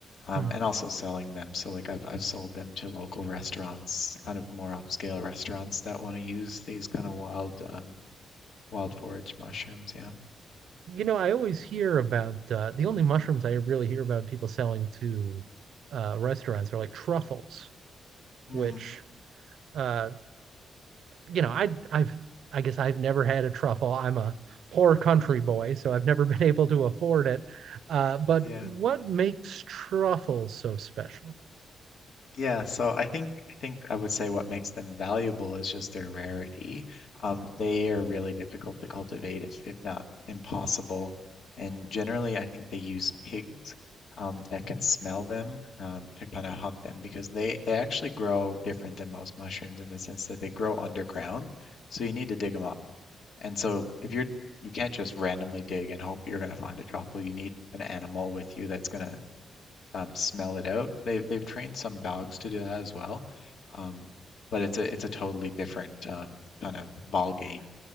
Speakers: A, on the left; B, on the right.
A: Um,
B: Hmm.
A: and also selling them. So like I've I've sold them to local restaurants, kind of more upscale restaurants that want to use these kind of wild um, wild forage mushrooms. Yeah.
B: you know i always hear about uh, the only mushrooms i really hear about people selling to uh, restaurants are like truffles
A: Mm,
B: which uh, you know, I I've I guess I've never had a truffle. I'm a poor country boy, so I've never <laughs> been able to afford it. Uh, but
A: yeah.
B: what makes truffles so special?
A: Yeah, so I think I think I would say what makes them valuable is just their rarity. Um, they are really difficult to cultivate, if if not impossible. And generally, I think they use pigs um, that can smell them um, to kind of hunt them because they they actually grow different than most mushrooms in the sense that they grow underground, so you need to dig them up. And so if you're you can't just randomly dig and hope you're going to find a truffle. You need an animal with you that's going to um, smell it out. They they've trained some dogs to do that as well, um, but it's a it's a totally different um, kind of ball game